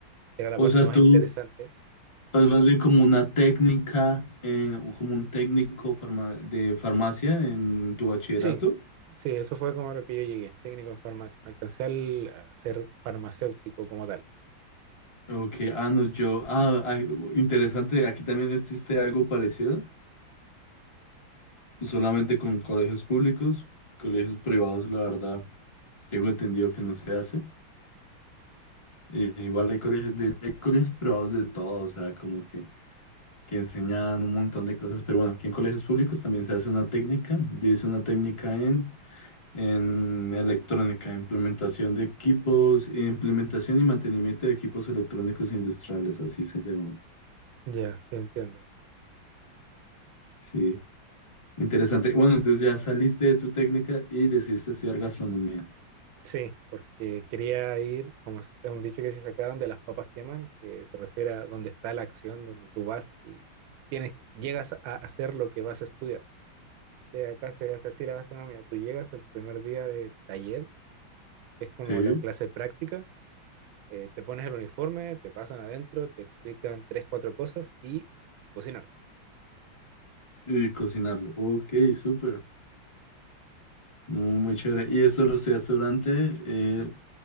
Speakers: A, on the right; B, on the left.
A: que era la
B: O
A: parte
B: sea,
A: más
B: tú,
A: interesante.
B: es más bien como una técnica, eh, o como un técnico farma- de farmacia en tu bachillerato.
A: Sí, sí, eso fue como a lo que yo llegué, técnico en farmacia. No alcancé al- a ser farmacéutico como tal.
B: Ok, ah, no, yo, ah, ah, interesante, aquí también existe algo parecido, solamente con colegios públicos, colegios privados, la verdad, tengo entendido que no se hace. Y igual hay colegios, de, hay colegios privados de todo, o sea, como que, que enseñan un montón de cosas, pero bueno, aquí en colegios públicos también se hace una técnica, yo hice una técnica en, en electrónica, implementación de equipos, implementación y mantenimiento de equipos electrónicos industriales, así se llama.
A: Ya, sí, entiendo.
B: Sí. Interesante. Bueno, entonces ya saliste de tu técnica y decidiste estudiar gastronomía.
A: Sí, porque quería ir, como es es un dicho que se saca donde las papas queman, que se refiere a donde está la acción, donde tú vas y tienes, llegas a hacer lo que vas a estudiar. Que acá se hace así la gastronomía. Tú llegas el primer día de taller, que es como
B: Sí.
A: la clase práctica, eh, te pones el uniforme, te pasan adentro, te explican tres, cuatro cosas y a cocinar.
B: Y cocinarlo. Ok, súper. Muy, muy chévere. ¿Y eso lo estudiaste durante eh,